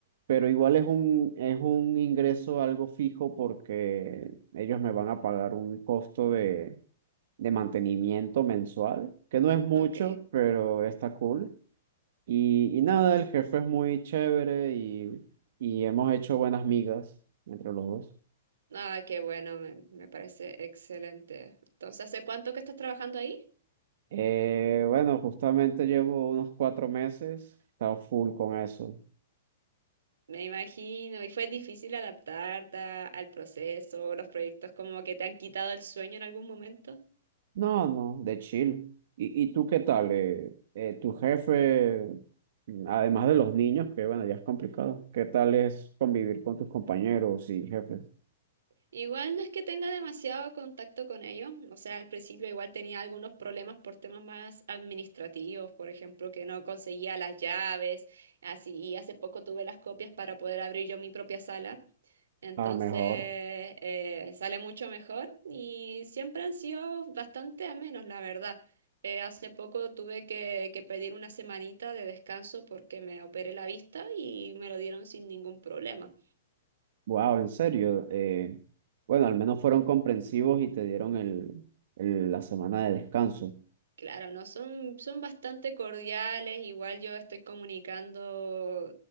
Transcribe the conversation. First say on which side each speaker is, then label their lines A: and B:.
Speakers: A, on the right; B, on the right.
A: pero igual es un, es un ingreso algo fijo porque ellos me van a pagar un costo de, de mantenimiento mensual, que no es mucho,
B: Ok.
A: pero está cool. Y, y nada, el jefe es muy chévere y, y hemos hecho buenas migas entre los dos.
B: Ah, qué bueno, me, me parece excelente. Entonces, ¿hace cuánto que estás trabajando ahí?
A: Eh, bueno, justamente llevo unos cuatro meses, he estado full con eso.
B: Me imagino, y fue difícil adaptarte a- al proceso, los proyectos como que te han quitado el sueño en algún momento.
A: No, no, de chill. ¿Y, y tú qué tal? Eh, eh, tu jefe, mm, además de los niños, que bueno, ya es complicado, ¿qué tal es convivir con tus compañeros y jefes?
B: Igual no es que tenga demasiado contacto con ellos, o sea, al principio igual tenía algunos problemas por temas más administrativos, por ejemplo, que no conseguía las llaves, así, y hace poco tuve las copias para poder abrir yo mi propia sala, entonces
A: Ah, mejor.
B: eh, sale mucho mejor y siempre han sido bastante amenos, la verdad. Eh, hace poco tuve que, que pedir una semanita de descanso porque me operé la vista y me lo dieron sin ningún problema.
A: Wow, en serio. Eh, bueno, al menos fueron comprensivos y te dieron el, el- la semana de descanso.
B: Claro, no, son, son bastante cordiales, igual yo estoy comunicando